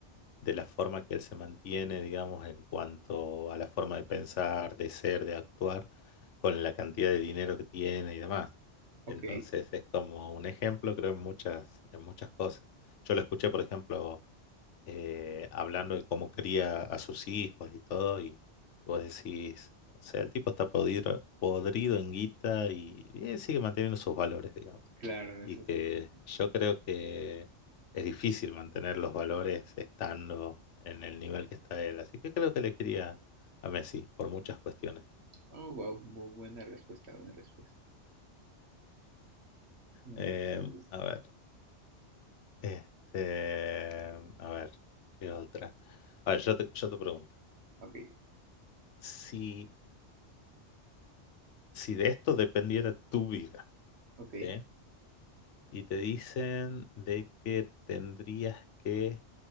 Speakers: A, on the left; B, on the right.
A: de la forma que él se mantiene, digamos, en cuanto a la forma de pensar, de ser, de actuar, con la cantidad de dinero que tiene y demás.
B: Ok,
A: Entonces es como un ejemplo, creo, en muchas, en muchas cosas. Yo lo escuché, por ejemplo, eh, hablando de cómo cría a sus hijos y todo, y vos decís, o sea, el tipo está podrido, podrido en guita y, eh, sigue manteniendo sus valores, digamos.
B: claro, eso
A: Y que
B: sí. sí, sí.
A: yo creo que es difícil mantener los valores estando en el nivel que está él. Así que creo que le quería a Messi por muchas cuestiones.
B: Oh, wow, buena respuesta, buena respuesta. Me
A: Eh,
B: gusta, me gusta.
A: a ver, este, a ver, ¿qué otra? A ver, yo te, yo te pregunto,
B: Ok,
A: si, si de esto dependiera tu vida,
B: ok,
A: ¿sí? Y te dicen de que tendrías que,